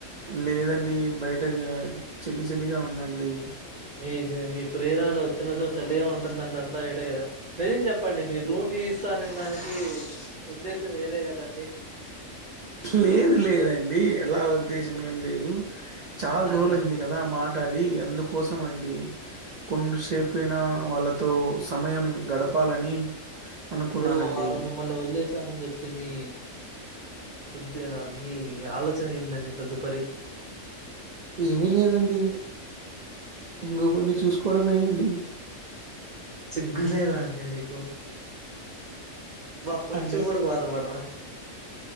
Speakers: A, on the right; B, on the right.
A: లేదండి బయట చలి చలిగా ఉందండి
B: మీ మీ ప్రియురాలు వచ్చిన సో చలిగా ఉంటుందండి అంతా వేడే గదా నిజం చెప్పండి మీరు రూమ్ తీసిస్తాన్ అనడానికి ఉద్దేశం వేరే కదండి
A: లేదు లేదండి అలా ఉద్దేశం ఏం లేదు చాల్
B: నాకు
A: రోజులయింది కదా మాట్ టడి అందుకోసం అండి కొన్ని సెపయినా
B: హ్మ్
A: వాళ్ళ తో సమయం గడపాలని అనుకున్నానండి.
B: ఇప్పుడు వారు మిమ్మల్ని వదిలేసానని చెప్తి మీ ఉధ్య మీ ఆలోచన ఏందండి తదుపరి
A: ఏమీ లేదండి ఇంగకొన్ని చూసుకోవడమేనండి
B: సిగ్గులేదా అండి మీకు బా కొంచెం
A: అంటే
B: కూడా బాధపడరా